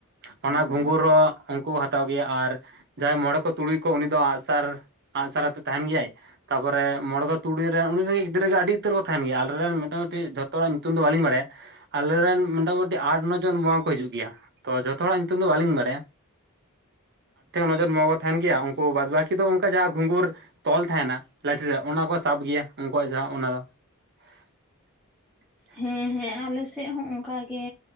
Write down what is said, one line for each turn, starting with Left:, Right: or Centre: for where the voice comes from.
Right: ᱚᱱᱟ
Centre: ᱦᱮᱸ
Right: ᱜᱷᱩᱸᱜᱩᱨ ᱦᱚᱸ ᱩᱱᱠᱩ ᱦᱟᱛᱟᱣ ᱜᱮᱭᱟ᱾ ᱟᱨ ᱡᱟᱦᱟᱸᱭ ᱢᱚᱬᱮ ᱠᱚ ᱛᱩᱨᱩᱭ ᱠᱚ ᱩᱱᱤ ᱫᱚ ᱟᱸᱜᱥᱟᱨ ᱟᱸᱜᱥᱟᱨ ᱟᱛᱮ ᱛᱟᱦᱮᱱ ᱜᱮᱭᱟᱭ᱾ ᱛᱟᱨᱯᱚᱨᱮ ᱢᱬᱮ ᱛᱩᱲᱤ ᱨᱮᱱ ᱩᱱᱤ ᱨᱮᱱᱜᱮ ᱜᱤᱫᱽᱨᱟᱹ ᱜᱮ ᱟᱹᱰᱤ ᱩᱛᱟᱹᱨ ᱠᱚ ᱛᱟᱦᱮᱱ ᱜᱮᱭᱟ, ᱟᱞᱮᱨᱮ ᱨᱮᱱ ᱢᱤᱫᱴᱟᱝ ᱢᱤᱫᱴᱤ ᱡᱷᱚᱛᱚ ᱦᱚᱲᱟᱜ ᱧᱩᱛᱩᱢ ᱫᱚ ᱵᱟᱟᱹᱞᱤᱧ ᱵᱟᱲᱟᱭᱟ᱾ ᱟᱞᱮᱨᱮᱱ ᱢᱚᱴᱟᱢᱩᱴᱤ ᱟᱴ ᱱᱚ ᱡᱚᱱ ᱵᱚᱝᱜᱟ ᱠᱚ ᱦᱤᱡᱩᱜ ᱜᱮᱭᱟ᱾ ᱛᱚ ᱡᱷᱚᱛᱚ ᱦᱚᱲᱟᱜ ᱧᱩᱛᱩᱢ ᱫᱚ ᱵᱟᱟᱹᱞᱤᱧ ᱵᱟᱲᱟᱭᱟ‌᱾ ᱱᱚᱡᱚᱨ ᱮᱢᱟᱠᱚ ᱛᱟᱦᱮᱱ ᱜᱮᱭᱟ, ᱩᱱᱠᱩ ᱵᱟᱫᱽ ᱵᱟᱹᱠᱤ ᱫᱚ ᱚᱱᱠᱟ ᱡᱟᱦᱟᱸ ᱜᱩᱝᱜᱩᱨ ᱛᱚᱞ ᱛᱟᱦᱮᱱᱟ ᱞᱟᱹᱴᱷᱤᱨᱮ ᱚᱱᱟᱠᱚ ᱥᱟᱵ ᱜᱮᱭᱟ, ᱩᱱᱠᱩᱣᱟᱜ ᱡᱟᱦᱟᱸ ᱚᱱᱟ ᱫᱚ᱾ <inaudible>
Centre: ᱦᱮᱸ ᱦᱮᱸ, ᱟᱞᱮᱥᱮᱫ ᱦᱚᱸ ᱚᱱᱠᱟ ᱜᱮ᱾